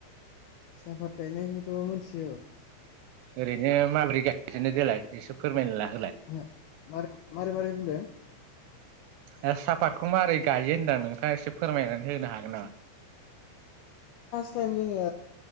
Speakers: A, on the left; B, on the right.
A: साफात गायनायखौथ' मोनथियो।
B: ओरैनो माब्रोय गायजेननो देलाय एसे फोरमायना ला
A: <unintelligible> मारै मारै बुंदों?
B: ओ साफातखौ मारै गायो होनदां नों थांआ एसे फोरमायनानै होनो हागोन नामा
A: थम जोङो